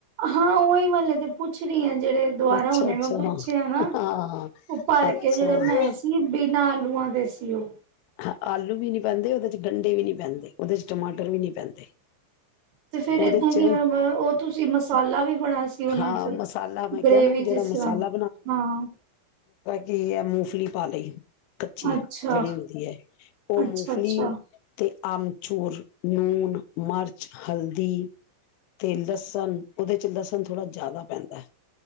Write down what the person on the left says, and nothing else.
ਅੱਛਾ
ਅੱਛਾ
ਹਾਂ
ਹਾਂ ਹਾਂ
ਅੱਛਾ
ਹ ਆਲੂ ਵੀ ਨਹੀਂ ਪੈਂਦੇ, ਉਹਦੇ ਚ ਗੰਡੇ ਵੀ ਨਹੀਂ ਪੈਂਦੇ, ਉਹਦੇ ਚ ਟਮਾਟਰ ਵੀ ਨਹੀਂ ਪੈਂਦੇ।
ਉਹਦੇ
ਚ
ਹਾਂ
ਮਸਾਲਾ ਮੈਂ
ਕਿਹਾ ਨਾ ਉਹ ਜਿਹੜਾ
ਮਸਾਲਾ
ਕੀ ਏ ਮੂਫਲੀ ਪਾ ਲਈ। ਕੱਚੀ,
ਜਿਹੜੀ ਉਹ
ਮੂਫਲੀ
ਤੇ ਆਮਚੂਰ, ਲੂਣ, ਮਰਚ, ਹਲਦੀ ਤੇ ਲਸਣ, ਉਹਦੇ ਚ ਲਸਣ ਥੋੜ੍ਹਾ ਜ਼ਿਆਦਾ ਪੈਂਦਾ ਐ।